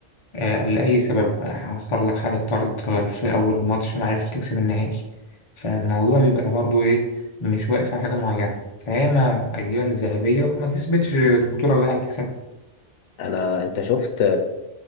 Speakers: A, on the left; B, on the left.
A: آه، لأي سبب حصل لك حالة طرد في أول ماتش ما عرفتش تكسب النهائي فالموضوع بيبقى برضو إيه مش واقف على حاجة معينة فهي ما أجيال الذهبية وما كسبتش البطولة اللي عايز تكسبها
B: انا انت شفت